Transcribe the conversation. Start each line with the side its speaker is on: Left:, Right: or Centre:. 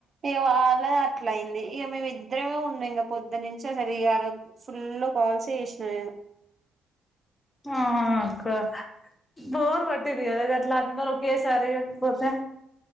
Right: ఇగ వాళ్ళది అట్లయింది ఇగ మేమిద్దరమే ఉన్నాం ఇంక పొద్దునుంచి అసలు ఇయల ఫుల్ కాల్స్ చేసినా నేను
Left: ఆ అక్క బోర్ కొట్టింది కదా అట్లా అందరు ఒకేసారి పోతే